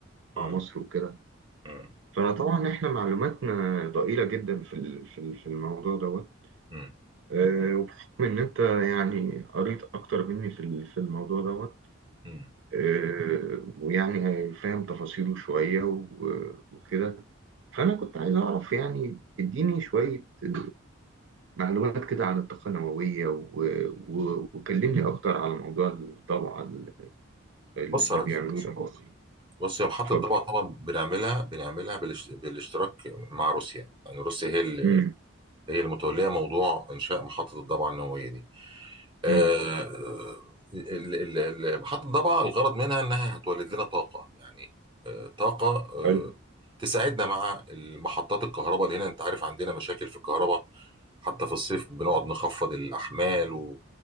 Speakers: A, on the right; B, on the right.
A: مم.
B: مع مصر وكده
A: مم.
B: فطبعا احنا معلوماتنا ضئيله جدا في ال- في ال- في الموضوع دوت
A: مم.
B: آه، وبحكم إن أنت يعني قريت أكتر مني في ال- في الموضوع دوت
A: مم.
B: آه، ويعني فاهم تفاصيله شوية و- وكده فأنا كنت عايز أعرف يعني اديني شوية آه، معلومات كده عن الطاقة النووية و- و- وكلمني أكتر على موضوع الضبعة ال- اللي
A: بص يا ريس
B: بيعملوه ده أصلا
A: بص يا محطه
B: اتفضل
A: الضبعه طبعا بنعملها بنعملها بالاش- بالاشتراك مع روسيا يعني روسيا هي ال-
B: امم
A: هي المتوليه موضوع انشاء محطه الضبعه النوويه دي آه،
B: امم
A: ال- ال- ال- محطه الضبعه الغرض منها انها هتولد لنا طاقه يعني آه، طاقه آه،
B: حلو
A: تساعدنا مع محطات الكهرباء اللي هنا انت عارف عندنا مشاكل في الكهرباء حتى في الصيف بنقعد نخفض الأحمال